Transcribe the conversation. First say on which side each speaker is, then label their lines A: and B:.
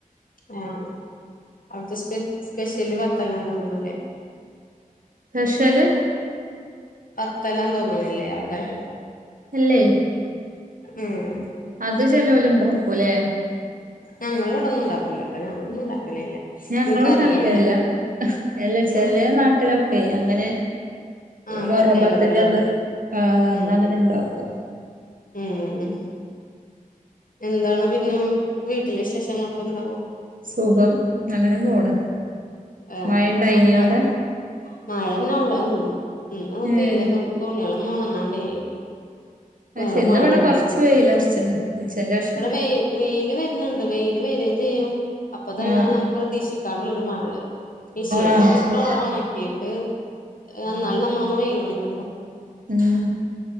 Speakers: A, on the left (about 70°); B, on the right (about 70°).
A: ആഹ് അവിടുത്തെ്പ സ്പെഷ്യല് ബത്തല്ല തോന്നുന്നുല്ലേ
B: സ്പെഷ്യല്
A: ബത്തെല തോന്നണല്ലേ അവിടെ
B: അല്ലേ
A: ഉം
B: അത് ചിലവല ഉണ്ടോക്കൂല്ലേ
A: ഞങ്ങളിവിടൊന്നും ഉണ്ടാക്കൂലട്ടോ ഞങ്ങളൊന്നും ഉണ്ടാക്കലില്ല
B: ഞങ്ങള
A: എനിക്കറിയേയില്ല
B: ഉണ്ടാക്കേല്ല അല്ല ചെലേ
A: ഉം
B: നാട്ടിലൊക്കെ അങ്ങനെ
A: ആഹ്
B: മുറുമ്പത്ത്ന്റന്ന്
A: പ്രത്യേകതകളുണ്ട്
B: ആ അന്ന്
A: ഉം
B: അങ്ങനെ ഇണ്ടാക്കും
A: ഉം എന്താണ് പിന്നെ വീട്ടിലെ വിശേഷങ്ങൾക്ക എന്താ
B: സുഖം അങ്ങനെ പോണ്
A: ഏഹ്
B: മഴ ഇണ്ടായിനവിടെ
A: മക്കളെ മഴന്നെ ഉള്ളു ഇന്ന് ഇന്ന്
B: ഏഹ്
A: തീരെ തുണികള ത ഉണങ്ങാണ്ട്ല്ലെ
B: പക്ഷെ
A: വേറെ
B: ഇന്ന്
A: മഴരുന്നു
B: ഇവിടെ കൊറച്ച് വെയിലറച്ച്ണ് ഉച്ചന്റെ ശേഷം
A: ഇവിടെ വെ വെയില് വരുന്നുണ്ട് വെൽ വ ചെയ്യും അപ്പൊ തന്നെയാണ്
B: ആഹ്
A: നമുക്ക് പ്രതീക്ഷിക്കാുള്ളൊരു മ വിശയല്ലാം
B: ആഹ്
A: പെട്ടോള
B: ശരി
A: ഉണക്കിട്ട് എന്നാാല നമ്മള ഒന്ന് വെയില വിളിിക്കുണ്ട്
B: ഉം